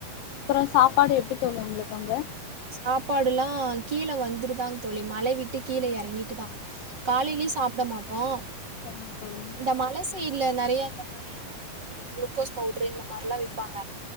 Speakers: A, on the left (about 80°); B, on the right (about 40°).
A: அப்றோ சாப்பாடு எப்டி தோழி ஒங்ளுக்கு அங்க
B: சாப்பாடெல்லா கீழ வந்துட்டுதா தோழி மலை விட்டு கீழ எறங்கிட்டுதா காலையிலயு சாப்ட மாட்டோ
A: சரிங்க தோழி
B: இந்த மல சைட்ல நெறையா இந்த மாரி குளுக்கோஸ் பவுட்ரு இந்த மாரிலா விப்பாங்க